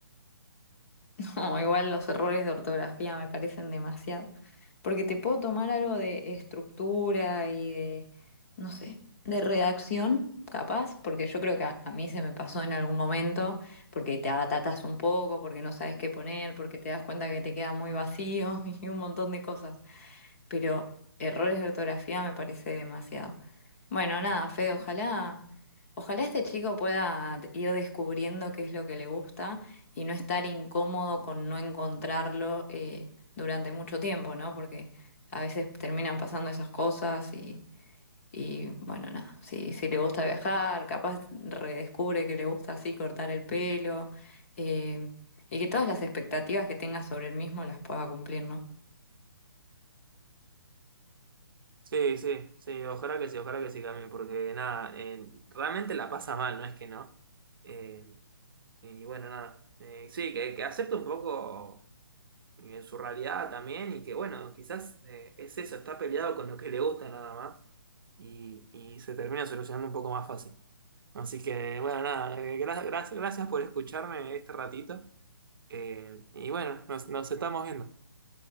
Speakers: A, on the left; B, on the right.
A: <laughs> No, igual los errores de ortografía me parecen demasiado. Porque te puedo tomar algo de estructura y de, no sé, de redacción, capaz, porque yo creo que a, a mí se me pasó en algún momento, porque te abatatas un poco, porque no sabes qué poner, porque te das cuenta que te queda muy vacío <laughs> y un montón de cosas. pero errores de ortografía me parece demasiado. Bueno, nada, Fe, ojalá, ojalá este chico pueda ir descubriendo qué es lo que le gusta y no estar incómodo con no encontrarlo eh, durante mucho tiempo, ¿no? Porque a veces terminan pasando esas cosas y, y bueno, nada, si, si le gusta viajar, capaz redescubre que le gusta así cortar el pelo eh, y que todas las expectativas que tenga sobre él mismo las pueda cumplir, ¿no?
B: Sí, sí, sí, ojalá que sí, ojalá que sí también, porque nada, eh, realmente la pasa mal, no es que no. Eh, y bueno, nada. Eh, sí, que, que acepto un poco. en su realidad también, y que bueno, quizás eh, es eso, está peleado con lo que le gusta nada más, y, y se termina solucionando un poco más fácil. Así que bueno, nada, eh, gra- gra- gracias por escucharme este ratito, eh, y bueno, nos, nos estamos viendo.